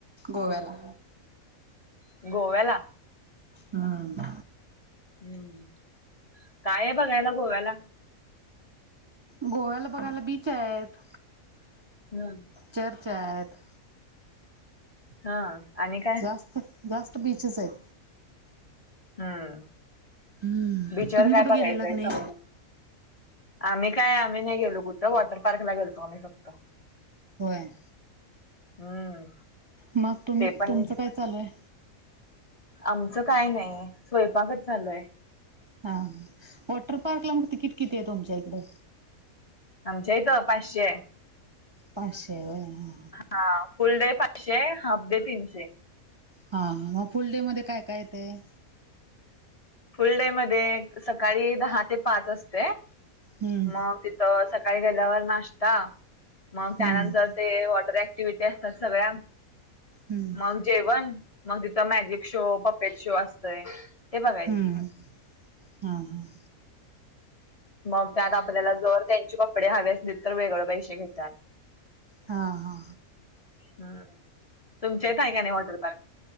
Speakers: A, on the right; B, on the left.
A: गोव्याला.
B: गोव्याला.
A: हां.
B: हम्म. काय आहे बघायला गोव्याला.
A: गोव्याला बघायला बीच आहेत.
B: हंम्म.
A: चर्च आहेत.
B: हा आणि काय.
A: जास्त जास्त बीचच आहेत.
B: हम्म.
A: हम्म
B: बीचवर
A: तुम्ही कुठं
B: काय बघायचंय?
A: गेलेला का नाही?
B: समुद्रात आम्ही काय आम्ही नाही गेलो कुठं वॉटर पार्कला गेलतो आम्ही फक्त.
A: होय.
B: हम्म.
A: मग तुम्ही
B: ते पण
A: तुमचं काय चालू हाय?
B: आमचं काय नाही, स्वयंपाकच चालू हाय.
A: हा हा वॉटर पार्कला मग तिकीट किती आहे तुमच्या इकडं?
B: आमच्या इथे पाचशे हाय.
A: पाचशे आहे होय हा
B: हा फुल डे पाचशे हाय, हाफ डे तीनशे.
A: हा मग फुल डे मध्ये काय काय येतंय?
B: फुल डे मध्ये सकाळी दहा ते पाच असतय
A: हम्म
B: मग. तर सकाळी गेल्यावर नाश्ता मग त्यानंतर
A: हम्म
B: ते वॉटर ऍक्टिव्हटी असत्यात सगळया
A: हम्म
B: मग. जेवण मग हिच मॅजिक शो पपेट शो असतय ते बघा
A: हम्म. हा. हा.
B: मग त्यात आपल्याला जर त्यांचे कपडे हवे असतील तर वेगळे पैशे घेत्यात.
A: हा हा.
B: हम्म तुमच्या इथं आहे का नाही वॉटर पार्क.